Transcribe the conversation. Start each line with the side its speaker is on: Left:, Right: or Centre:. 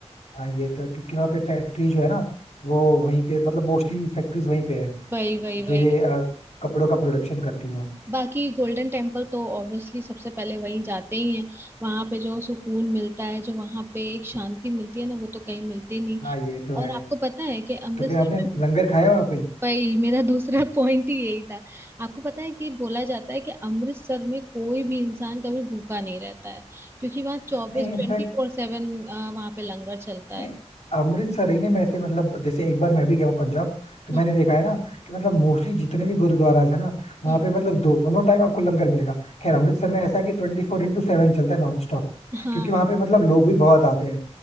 Left: हाँ ये तो क्योंकि वहाँ पे फैक्ट्री जो है ना वो वहीं पे मतलब मोस्टली फैक्ट्रीज वहीं पे है
Right: वही वही
Left: जो
Right: वही
Left: ये अ, कपड़ों का प्रोडक्शन करती हैं
Right: बाकी गोल्डन टेम्पल तो ऑब्वियसली सबसे पहले वहीं जाते ही हैं वहां पे जो सुकून मिलता है जो वहां पे एक शांति मिलती है ना वो तो कहीं मिलती नहीं
Left: हाँ ये तो है
Right: और आपको पता है कि अमृतसर
Left: तो फिर आपने
Right: में
Left: लंगर खाया वहाँ पे
Right: भाई मेरा दूसरा <laughs> पॉइंट ही यही था आपको पता है कि बोला जाता है कि अमृतसर में कोई भी इंसान कभी भूखा नहीं रहता है क्योंकि वहाँ चौबीस
Left: नहीं इनफैक्ट
Right: ट्वेंटी फोर सेवन वहां पे लंगर चलता
Left: नहीं,
Right: है
Left: अमृतसर ही नहीं मैं ऐसे मतलब जैसे एक बार मैं भी गया हूँ पंजाब तो
Right: हम्म
Left: मैंने देखा है ना कि मतलब मोस्टली जितने भी गुरुद्वाराज है ना वहाँ
Right: हम्म
Left: पे मतलब दोनों टाइम आपको लंगर मिलेगा खैर अमृतसर में ऐसा है कि ट्वेंटी फोर इंटू सेवन चलता है नॉन स्टॉप
Right: हाँ
Left: क्योंकि वहाँ पे मतलब लोग भी बहुत आते हैं